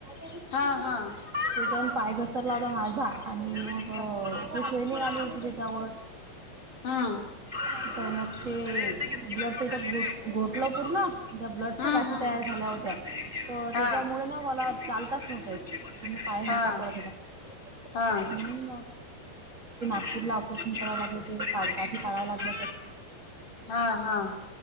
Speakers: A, on the right; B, on the left.
A: त्याच्याहून
B: हा हा
A: पााय घसरला होता माझा आणि मग
B: हा
A: स्वेलिंग आली म्हणजे त्यावर
B: हम्म
A: <unintelligible> मग ते ब्लड तिथं घोटल पूर्ण त्या ब्लडच्या
B: हम्म
A: गाठी
B: हम्म
A: तयार झाल्या होत्या तर
B: हा
A: त्याच्यामुळे ना मला चालताच नव्हत येत. तर म पाय
B: हा
A: हलका पडत होता <unintelligible>
B: हा
A: ऑपरेशन करावं लागलं <unintelligible> काढावं लागलं
B: हा हा